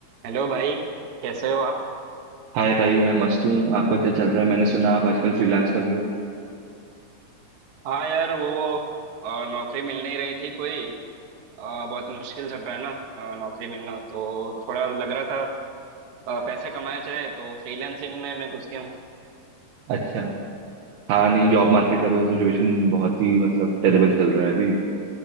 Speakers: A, on the right; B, on the right.
A: हेलो भाई कैसे हो आप
B: हाय भाई मैं मस्त हूँ आपका क्या चल रहा है मैंने सुना आप आजकल फ्रीलांस कर रहे हो
A: हाँ यार वो अ, नौकरी मिल नहीं रही थी कोई अ, बहुत मुश्किल चल रहा है ना अ, नौकरी मिलना तो थोड़ा लग रहा था अ, पैसे कमाए जाए तो फ्रीलांसिंग में मैं घुस गया हूँ
B: अच्छा हाँ नहीं जॉब मार्केट का तो सिचुएशन बहुत ही मतलब टेरेबल चल रहा है अभी